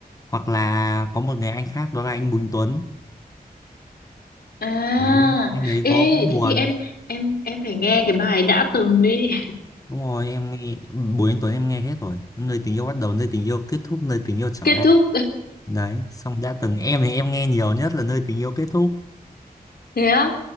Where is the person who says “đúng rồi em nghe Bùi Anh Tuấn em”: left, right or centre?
Left